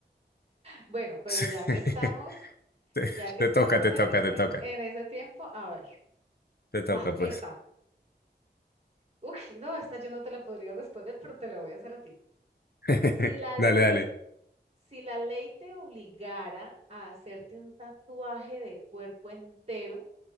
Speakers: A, on the right; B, on the left.
A: Bueno, pero
B: <laughs>
A: ya que estamos,
B: Te,
A: ya que
B: te
A: estamos
B: toca, te
A: en
B: toca,
A: ese,
B: te toca,
A: en ese tiempo, a ver,
B: te toca,
A: wow,
B: pues.
A: esta. Uy, no, esta yo no te la podría responder, pero te la voy a hacer a ti.
B: <laughs>
A: Si la ley
B: Dale, dale.
A: Si la ley te obligara a hacerte un tatuaje de cuerpo entero,